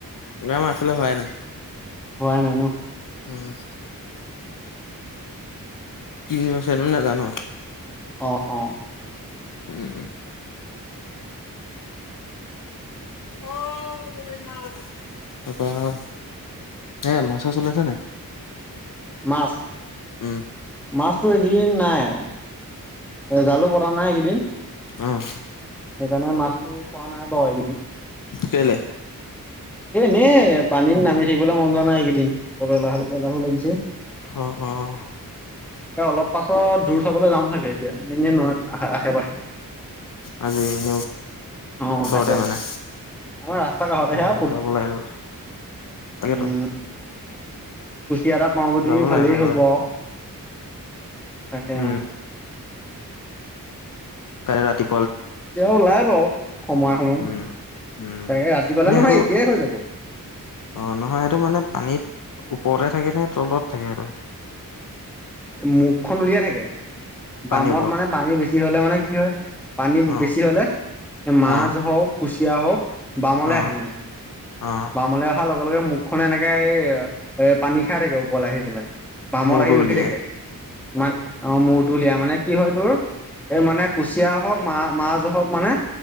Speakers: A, on the left; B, in the centre.
A: গ্ৰাম আচল হয় ন
B: হোৱাইই নাই ন
A: উম কিনিবছ ন নে জানো
B: অ অ
A: উম উম তপৰা এ মাছাছ ওলাইছে নাই
B: মাছ
A: উম,
B: মাছতটো এদিন নাই এ জালো পৰা নাই এইকেইদিন
A: উম
B: সেইকাৰণে মাছটো পোৱা নাই বাৰু এইকেইদিন
A: কেলে
B: এনে পানীত নামি থাকিবলৈ মন যোৱা নাই এইকেই দ লাহ লাহো লাগিছে
A: অ', অ',
B: এ অলপ পাছত জোৰ চাবলৈ যাম চাগে এতিয়া এনে নোৱাৰ আশে পাশে
A: আজি এনে
B: অ
A: ওচৰতে
B: তাকে
A: মানে
B: আমাৰ ৰাস্তা কাষতে
A: উম,
B: সেয়া
A: যাব লাগে যাব তাকেতো
B: উম কুচিয়া এটা পাওঁ বুলি
A: যাব
B: ভালেই
A: লাগে যাব
B: হ'ব
A: লাগে
B: আৰু তাকে
A: উম,
B: অ
A: কাল ৰাতি
B: কুচিয়া ওলাই বাৰু সময়ে সময়ে
A: উম উম
B: তাকে ৰাতি পালে
A: এনেই
B: নহয়
A: আৰুটো
B: এতিয়াই হৈ যাব
A: অ নহয় এইটো মানে পানীত ওপৰতে থাকে নে তলত থাকে এই
B: মুখখন উলিয়াই থাকে
A: পানীৰ
B: বামত
A: ওপৰত
B: মানে পানী বেছি হলে মানে কি হয় পানী
A: অ',
B: বেছি হলে
A: অ',
B: মাছ হওক কুচিয়া হওক বামলে
A: অ',
B: আহে মানে
A: অ',
B: বামলৈ অহাৰ লগে লগে মুখ খনে এনেকে এই এ পানী খাই থাকে ওপৰলৈ আহি পেলাই বামত
A: মূৰটো
B: আহি ৰখি
A: উলিয়াই
B: থাকে ইমান অ মোৰ তলিয়া মানে কি হয় তোৰ এই মানে কুচিয়া হওক মা মাছ হওক মানে